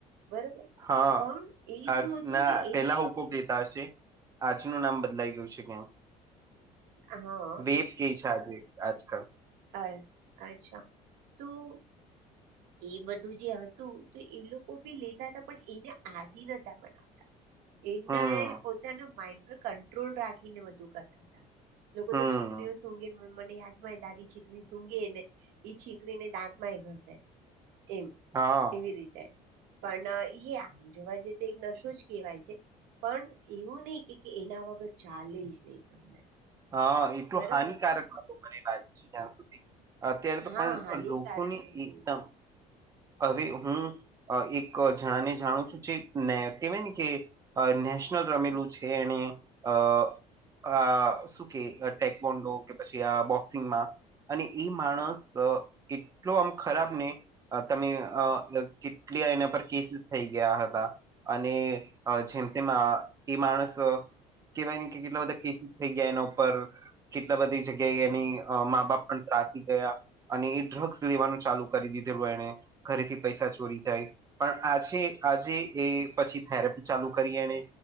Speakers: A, on the right; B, on the right.
A: બરોબર.
B: હા
A: પણ એ
B: આજ
A: શું હતું
B: ના
A: કે
B: પેલા
A: એને
B: હુક્કો પિતા હશે આજનું નામ બદલાઈ ગયું છે કેં
A: હા
B: વેબ કઈ છે આજે આજકાલ
A: હ અચ્છા તું એ બધું જે હતું તો એ લોકો ભી લેતા હતા પણ એને આદિ નતા બનાવતા એના
B: હમ
A: પોતાના માઇન્ડ પર કંટ્રોલ રાખીને બધું કરતા હતા. લોકો
B: હમ
A: તો ચીકણીઓ સુંંઘે મને યાચમાં દાદી ચીકણી સુંંઘે ને એ છીકડીને દાંતમાંય ઘસે એમ
B: હા
A: એવી રીતે પણ ઈ આમ જોવા જઈએ તો એક નશો જ કહેવાય છે. પણ એવું નઈ કે એના વગર ચાલે જ નહી તમને
B: હ એતો
A: બરોબર
B: હાનિકારક હતો મને લાગે છે જ્યાં સુધી અત્યારે તો
A: હા
B: પણ
A: હાનિકારક
B: લોકોને
A: હતું
B: એકદમ હવે હું એક જણાને જાણું છું જેને કેહેવાય ને કે અ નેશનલ રમેલું છે એને અ અ શું કે ટેકબોન્ડો કે પછી આ બોક્સિંગમાં અને ઈ માણસ એટલો આમ ખરાબ ને તમે અ કેટલી એના પર કેસીસ થઈ ગયા હતા અને જેમ તેમ એ માણસ કેવાય ને કે કેટલા બધા કેસિસ થઈ ગયા એના ઉપર કેટલા બધી જગ્યાએ એની મા બાપ પણ ત્રાસી ગયા અને એ ડ્રગ્સ લેવાનું ચાલુ કરી દીધેલું એને ઘરેથી પૈસા ચોરી જાય પણ આજે આજે એ પછી થેરેપી ચાલુ કરી એને